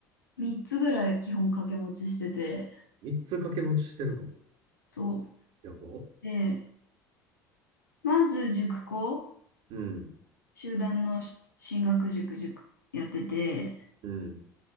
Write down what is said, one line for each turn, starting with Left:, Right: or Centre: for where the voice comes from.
Left: 3つぐらい基本掛け持ちしてて、
Right: 3つ掛け持ちしてるの
Left: そう。
Right: やば。
Left: で、まず塾講、
Right: うん。
Left: 集団のし進学塾塾やってて、
Right: うん。